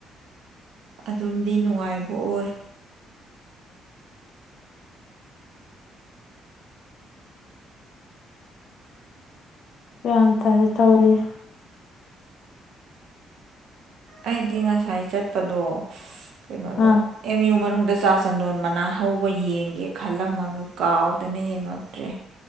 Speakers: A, on the right; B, on the left.
A: ꯑꯗꯨꯝꯗꯤ ꯅꯨꯡꯉꯥꯏꯕ ꯑꯣꯏ
B: ꯌꯥꯝ ꯐꯔꯦ ꯇꯧꯋꯤꯖꯦ
A: ꯑꯩꯗꯤ ꯉꯁꯥꯏ ꯆꯠꯄꯗꯣ ꯀꯩꯅꯣꯗꯣ
B: ꯑꯥ
A: ꯑꯦꯝ ꯌꯨ ꯃꯅꯨꯡ ꯗ ꯆꯥ ꯆꯟꯗꯣꯟ ꯃꯅꯥ ꯍꯧꯕ ꯌꯦꯡꯒꯦ ꯈꯜꯂꯝꯃꯒ ꯀꯥꯎꯗꯅ ꯌꯦꯡꯉꯛꯇ꯭ꯔꯦ